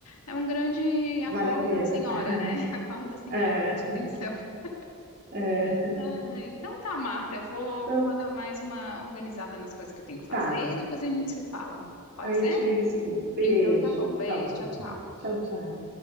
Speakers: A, on the left; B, on the right.
A: é um grande acorda,
B: Vale a pena.
A: senhora,
B: <laughs>
A: né? <laughs> Acorda, senhora,
B: É,
A: preste atenção. <laughs>
B: é.
A: Ah, então tá, Marta, eu vou,
B: Então,
A: vou lá dar mais uma organizada nas coisas que eu tenho que fazer,
B: tá.
A: e depois a gente se fala. Pode
B: Aí
A: ser?
B: eu te ligo em seguida. Beijo.
A: Então tá bom. Beijo,
B: Tá bom.
A: tchau, tchau.
B: Tchau, tchau.